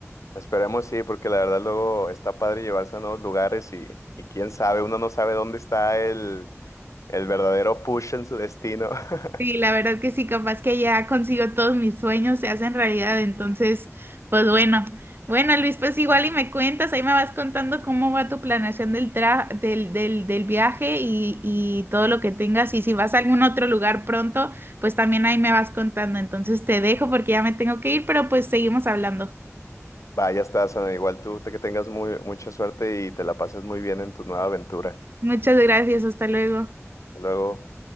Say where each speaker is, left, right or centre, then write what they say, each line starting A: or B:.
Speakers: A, on the left; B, on the right.
A: Esperemos sí, porque la verdad luego está padre llevarse a nuevos lugares y, y quién sabe, uno no sabe dónde está el, el verdadero push en su destino. <laughs>
B: Sí, la verdad que sí, capaz que ya consigo todos mis sueños, se hacen realidad, entonces, pues bueno. Bueno, Luis, pues igual y me cuentas, ahí me vas contando cómo va tu planeación del tra del, del, del viaje y, y todo lo que tengas. Y si vas a algún otro lugar pronto, pues también ahí me vas contando. Entonces te dejo porque ya me tengo que ir, pero pues seguimos hablando.
A: Vaya, estás, Ana, igual tú, te- que tengas muy, mucha suerte y te la pases muy bien en tu nueva aventura.
B: Muchas gracias, hasta luego.
A: Hasta luego.